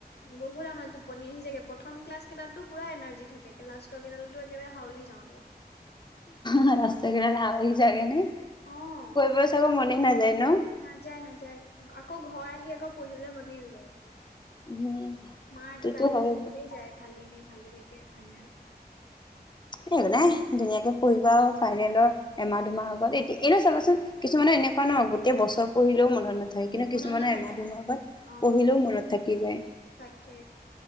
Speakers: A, on the left; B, on the left.
A: বহুত আমাৰ টোপনি আহি যাগে প প্ৰথম ক্লাছ কেইাতো পুৰা এনাৰ্জি থাকে লাষ্টৰ কেইটালো একেবাৰে হাওলি যাওঁগে
B: লাষ্টৰ কেইটাত হাওলি যোৱাগেনে কৰিবলৈ
A: অ
B: চাগৈ মনে নাযায় ন।
A: নাযায় নাযায় আকৌ ঘৰ আহি আকৌ পঢ়িবলৈ মনেই নাযায় ৰাতি।
B: উম,
A: মাৰটো
B: সেইটোতো
A: গালি
B: হয়
A: খাই থাকোতে
B: বাৰু।
A: যায় ভালিবি ভালিবি কে। ফাইনেল।
B: স এক নাই ধুনাকে পঢ়িবা আৰু ফাইনেলৰ এমাহ দুমাহ আগত এয়া এ ন চাবাচোন কিছুমানে এনেকুৱা ন গোটেই বছৰ পঢ়িলেও মনত নথাকে। থাকে কিন্তু
A: মনত
B: কিছুমানে
A: নাথাকে
B: এমাহ দুমাহ
A: অ অ
B: পঢ়িলেও মনত থাকি যায়।
A: তাকে